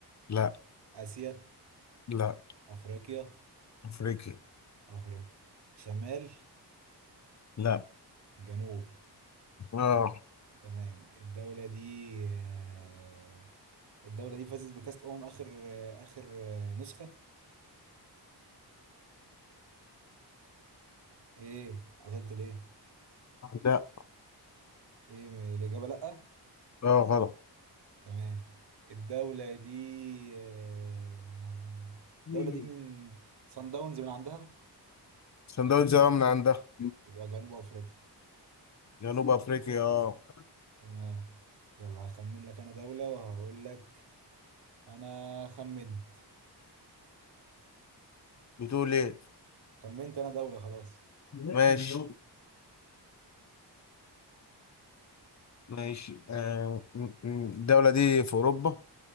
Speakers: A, on the left; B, on the right.
A: لا
B: آسيا
A: لا
B: أفريقيا
A: أفريقيا
B: أفريقيا شمال
A: لا
B: جنوب
A: اه
B: تمام الدولة دي آه، الدولة دي فازت بكأس أمم آخر آه، آخر آه، نسخة إيه عطلت ليه
A: لا
B: إيه م- الإجابة لأ
A: اه غلط
B: تمام الدولة دي آه، ما- الدولة
A: مم.
B: دي من صن داونز من عندها
A: صن داونز اه من عندها
B: يبقى جنوب أفريقيا
A: جنوب افريقيا اه
B: تمام يلا هخمن لك أنا دولة وهقول لك أنا خمنت
A: بتقول ايه
B: خمنت أنا دولة خلاص
A: ماشي ماشي آه. م- م- الدولة دي في اوروبا